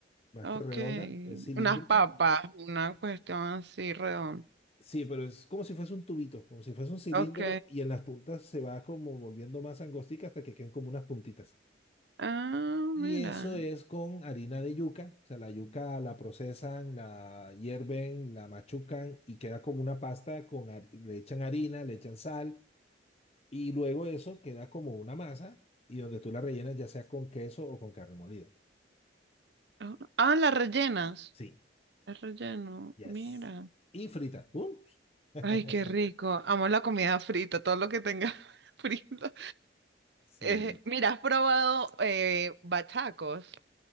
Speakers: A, on the left; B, on the right.
A: más
B: Ok.
A: que redonda, es cilíndrica.
B: Unas papas, una cuestión así redonda.
A: Sí, pero es como si fuese un tubito, como si fuese un cilindro
B: Ok.
A: y en las puntas se va como volviendo más angostica hasta que queden como unas puntitas.
B: Ah,
A: Y
B: mira.
A: eso es con harina de yuca, o sea, la yuca la procesan, la hierven, la machucan y queda como una pasta con, har- le echan harina, le echan sal y luego eso queda como una masa y donde tú la rellenas ya sea con queso o con carne molida.
B: Ah, ah, las rellenas.
A: Sí,
B: El relleno,
A: yes.
B: mira.
A: Y frita. ¡Uh!
B: Ay,
A: <laughs>
B: qué rico. Amo la comida frita, todo lo que tenga <laughs> frito.
A: Sí.
B: Eh, mira, ¿has probado eh, bachacos